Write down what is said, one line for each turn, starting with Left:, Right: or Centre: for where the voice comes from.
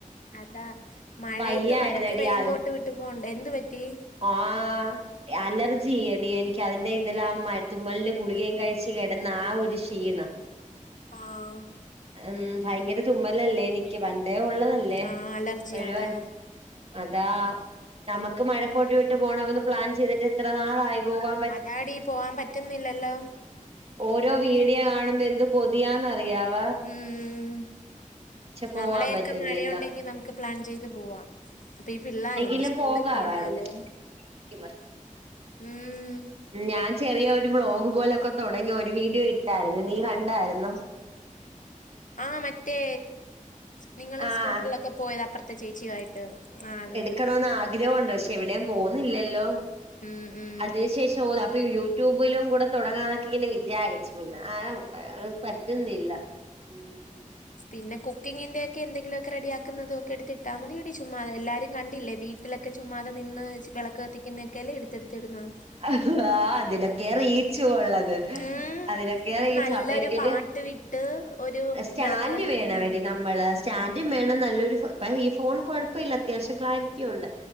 Left: അതാ മഴയത്ത്
Right: വയ്യാരുന്നെടി
Left: നമുക്ക് റെയിൻകോട്ട്
Right: അൽ
Left: വിട്ട് പോണ്ടേ എന്ത് പറ്റി
Right: ആഹ് അലർജിയെടി എനിക്ക് അതിന്റെ ഇന്നലെ ആ മ തുമലിന്റെ ഗുളികയും കഴിച്ചു കെടന്ന ആ ഒരു ക്ഷീണം
Left: ആഹ്
Right: ഉം ഭയങ്കര തുമ്മലല്ലേ എനിക്ക് പണ്ടേ ഒള്ളതല്ലേ
Left: ആഹ് അലർജി
Right: ഇപ്പഴു
Left: അതാ
Right: അതാ നമുക്ക് മഴക്കോട്ട് വിട്ട് പോണമന്ന് പ്ലാൻ ചെയ്തിട്ട് എത്ര നാളായി പോവാം
Left: അതാടി പോവാൻ പറ്റുന്നില്ലല്ലോ
Right: ഓരോ വീടിയോ കാണുമ്പോ എന്ത് കൊതിയാന്നറിയാവ
Left: ഉം
Right: പോവാൻ
Left: നാളെയൊക്കെ
Right: പറ്റുന്നില്ല
Left: മഴയൊണ്ടെങ്കി നമുക്ക് പ്ലാൻ ചെയ്ത് പോവാം ഇപ്പ ഈ പിള്ളാരുണ്ട്
Right: എങ്കിലും
Left: സ്കൂളി
Right: പോകാവായിരുന്നു
Left: പോണ്ടാലോ
Right: വീട്ടിൽ തന്നെ ഇരിക്കുവ
Left: ഉം
Right: ഞാൻ ചെറിയ ഒരു വ്ലോഗ് പോലൊക്ക തൊടങ്ങി ഒരു വീഡിയോ ഇട്ടാരുന്ന് നീ കണ്ടാരുന്നോ
Left: ആഹ് മറ്റേ നിങ്ങള്
Right: ആഹ്
Left: സ്കൂട്ടറിലൊക്കെ പോയത് അപ്പറത്തെ ചേച്ചിയുവായിട്ട് ആഹ് അത്
Right: ക്കണമെന്ന് ആഗ്രഹോണ്ട് പക്ഷെ എവിടെയും പോന്നില്ലല്ലോ
Left: ഉം ഉം
Right: അതിനു ശേഷം ന്ന അപ്പൊ യൂട്യൂബിലും കൂടെ തുടങ്ങാന്നൊക്കെ ഇങ്ങനെ വിചാ ച്ച് പിന്ന ആഹ് ഹ് പറ്റുന്നില്ല ഉം
Left: പിന്ന കുക്കിംഗ്ന്റെ ഒക്കെ എന്തങ്കിലുവൊക്കെ റെഡിയാക്കുന്നത് ഒക്കെ എടുത്ത് ഇട്ടാ മതിയടി ചുമ്മാതെ എല്ലാരും ക ണ്ടിലെ വീട്ടിലൊക്കെ ചുമ്മാതെ നിന്ന് വെളക്ക് കത്തിക്കുന്ന ഒക്കെല്ലേ എടുത്തെടുത്ത് ഇടുന്ന്
Right: ആഹ് ആ അതിനോക്കെയാ റീച്ചു ഒള്ളത്
Left: ഉം
Right: അതിനൊക്കെയാ
Left: ഒരു
Right: റീച്ച്
Left: നല്ലൊരു
Right: അപ്പ എനിക്കൊരു
Left: പാട്ട് വിട്ട് ഒരു
Right: സ്റ്റാൻഡ്
Left: വിളക്ക് കത്തിക്കുന്നതും
Right: വേണവടി നമ്മള് സ്റ്റാഡും വേണം നല്ലൊരു ഫോ ഇപ്പ ഈ ഫോൺ കൊഴപ്പല്ല അത്യാശം ക്ലാരിറ്റി ഒണ്ട്